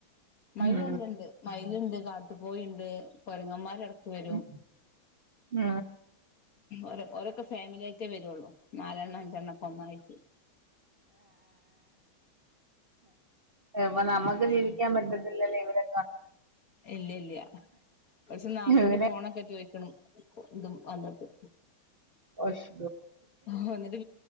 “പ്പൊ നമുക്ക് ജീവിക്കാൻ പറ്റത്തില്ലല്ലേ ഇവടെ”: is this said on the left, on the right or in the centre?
Right